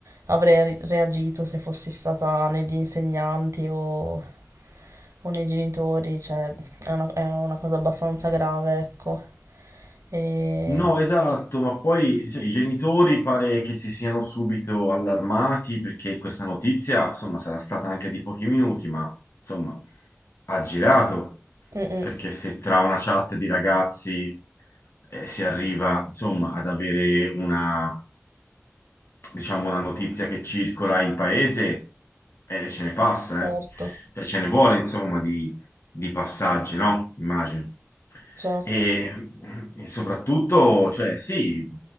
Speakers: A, on the right; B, on the left.
A: avrei ri- reagito se fossi stata negli insegnanti o, o nei genitori, cioè è una, è una cosa abbastanza grave, ecco. E...
B: No, esatto, ma poi cioè, i genitori pare che si siano subito allarmati perché questa notizia, insomma, sarà stata anche di pochi minuti, ma insomma, ha girato,
A: Mm, mm,
B: perché se tra una chat di ragazzi eh, si arriva, insomma, ad avere una diciamo, una notizia che circola in paese, eh, ce ne passa,
A: certo,
B: eh. Cioè, ce ne vuole, insomma, di, di passaggi, no? Immagino.
A: certo.
B: E, e soprattutto, cioè, sì,